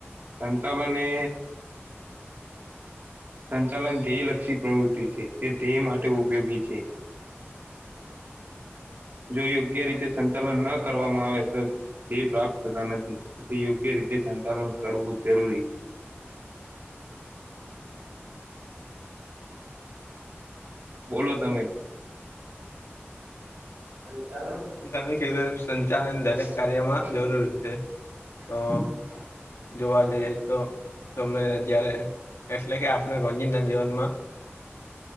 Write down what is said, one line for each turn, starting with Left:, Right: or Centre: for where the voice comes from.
Right: સંચાલનએ સંચાલન ધ્યેયલક્ષી પ્રવૃત્તિ છે તે ધ્યેય માટે ઉપયોગી છે. જો યોગ્ય રીતે સંચાલન ન કરવામાં આવે તો તે પ્રાપ્ત થતા નથી તેથી યોગ્ય રીતે સંતાાલન કરવું જરૂરી છે. બોલો તમે. સંચાલન
Left: તમે કીધું
Right: <unintelligible>
Left: એમ સંચાલન દરેક કાર્યમાં
Right: <unintelligible>
Left: જરૂર છે તો
Right: હ
Left: જોવા જઈએ
Right: વાંધ
Left: તો તમે જયારે
Right: બ.
Left: એટલે કે આપણે રોજિંદા
Right: <unintelligible>
Left: જીવનમાં